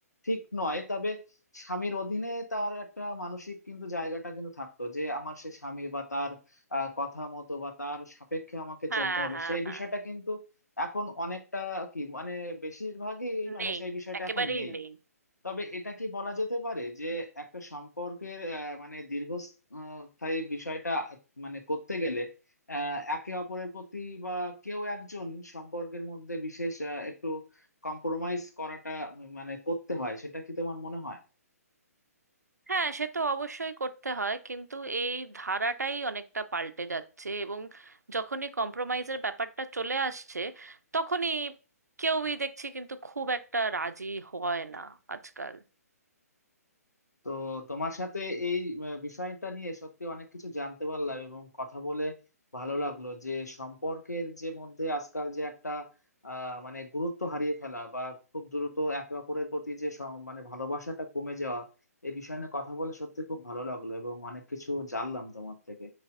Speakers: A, on the left; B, on the right.
A: ঠিক নয় তবে স্বামীর অধীনে তার একটা মানসিক কিন্তু জায়গাটা কিন্তু থাকতো যে আমার সে স্বামী বা তার আহ, কথা মতো বা তার সাপেক্ষে আমাকে
B: হ্যাঁ
A: চলতে হবে
B: হ্যাঁ
A: সেই
B: হ্যাঁ
A: বিষয়টা কিন্তু এখন অনেকটা কি মানে বেশিরভাগই মানে
B: নেই
A: সেই বিষয়টা
B: একেবারেই
A: এখন নেই
B: নেই
A: তবে এটা কি বলা যেতে পারে যে একটা সম্পর্কের আহ, মানে দীর্ঘস্থায়ী বিষয়টা মানে করতে গেলে আহ, একে অপরের প্রতি বা কেউ একজন সম্পর্কের মধ্যে বিশেষ আহ, একটু কম্প্রোমাইজ করাটা উম, মানে করতে হয় সেটা কি তোমার মনে হয়
B: হ্যাঁ সে তো অবশ্যই করতে হয় কিন্তু এই ধারাটাই অনেকটা পাল্টে যাচ্ছে এবং যখনই কম্প্রোমাইজের ব্যাপারটা চলে আসছে তখনই কেউই দেখছি কিন্তু খুব একটা রাজি হয় না আজকাল
A: তো তোমার সাথে এই আহ, বিষয়টা নিয়ে সত্যি অনেক কিছু জানতে পারলাম এবং কথা বলে ভালো লাগলো যে সম্পর্কের যে মধ্যে আজকাল যে একটা আহ মানে গুরুত্ব হারিয়ে ফেলা বা খুব দ্রুত একে অপরের প্রতি যে সম- মানে ভালোবাসাটা কমে যাওয়া এই বিষয় নিয়ে কথা বলে সত্যি খুব ভালো লাগলো এবং অনেক কিছু জানলাম তোমার থেকে